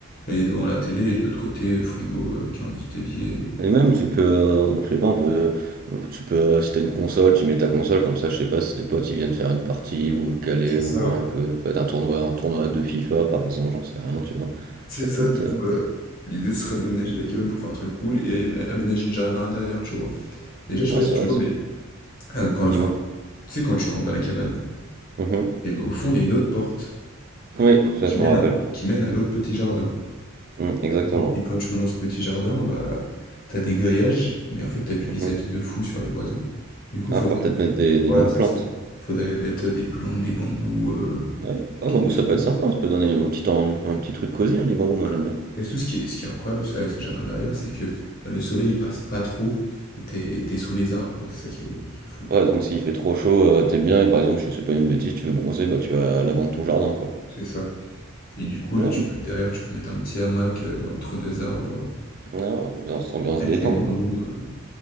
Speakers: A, on the left (about 40°); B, on the right (about 40°).
A: Et devant la télé, et de l'autre côté, frigo avec un petit évier.
B: Et même, tu peux, euh, je sais pas, on peut, tu peux, euh, si t'as une console, tu mets ta console comme ça. Je sais pas si tes potes ils viennent faire une partie ou vous caler
A: C'est
B: ou
A: ça,
B: jouer
A: ouais.
B: un peu, peut-être un tournoi, un tournoi de FIFA par exemple, j'en sais rien, tu vois.
A: C'est
B: Ça peut
A: ça,
B: être,
A: du coup,
B: euh,
A: bah... L'idée serait d'aménager la cabane pour faire un truc cool et amé- aménager le jardin derrière, tu vois. Déjà, je sais
B: ouais,
A: pas
B: c'est
A: si tu
B: vrai
A: vois,
B: que ça.
A: mais... ah, quand-
B: Dis-moi.
A: Enfin, tu sais, quand tu rentres dans la cabane...
B: Mhm.
A: Et bah, au fond, il y a une autre porte
B: Oui, ça
A: qui
B: je
A: mène
B: me rappelle.
A: à qui mène à l'autre petit jardin.
B: Mm, exactement.
A: Mhm. Et quand tu vas dans ce petit jardin, bah, t'as des grillages, mais en fait, t'as du
B: Mhm.
A: vis-à-vis de fou sur les voisins. Du coup,
B: Ah,
A: faudrait
B: faut peut-être mettre des, des
A: voilà,
B: longues
A: c'est
B: plantes.
A: ça. Faudrait mettre des plantes, des bambous, heu,
B: Ouais. Ah, bambou,
A: des trucs
B: ça peut
A: comme
B: être sympa,
A: ça,
B: ça peut donner un petit, temps, un petit truc cosy, hein, les bambous, moi
A: voilà.
B: j'aime bien.
A: Et tout ce qui est ce qui est incroyable, c'est avec ce jardin derrière, c'est que, bah, le soleil, il passe pas trop et t'es t'es sous les arbres, quoi. C'est ça qui est qui est fou.
B: Ouais, donc s'il fait trop chaud, euh, t'es bien, et par exemple, je sais pas une bêtise, tu veux bronzer, bah tu vas à l'avant de ton jardin, quoi.
A: C'est ça. Et du coup, là,
B: Non,
A: tu peux derrière, tu peux mettre un petit hamac, heu, entre 2 arbres, euh,
B: non, ambiance, ambiance
A: avec
B: détente,
A: les bambous,
B: quoi.
A: euh,